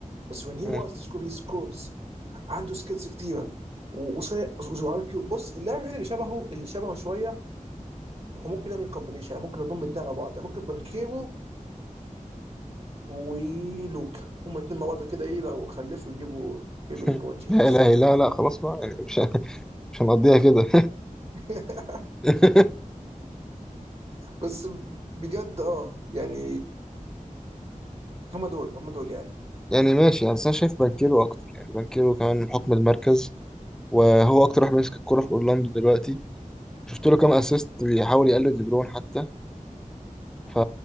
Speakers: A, on the right; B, in the centre.
A: بس when he
B: مم.
A: wants to score he scores عنده سكيلز كتيره و- وسريع وعارف كيو- بص اللاعب الوحيد اللي شبهه اللي شبهه شويه هو ممكن يعمل كومبينيشن يعني ممكن يضم الدنيا على بعض يعني ممكن بانكيرو ولوكا هما الاثنين مع بعض كده ايه لو خلفوا يجيبوا بيبي
B: <laughs>
A: ليبرون جيمس
B: لا لا لا لا خلاص بقى يعني مش مش هنقضيها كده
A: <laughs>
B: <laughs>
A: بس بجد اه يعني هما دول هما دول يعني
B: يعني ماشي يعني بس انا شايف بانكيرو اكتر يعني بانكيرو كمان من حكم المركز وهو اكتر واحد ماسك الكرة في اورلاندو دلوقتي شفت له كام اسيست بيحاول يقلد ليبرون حتى فا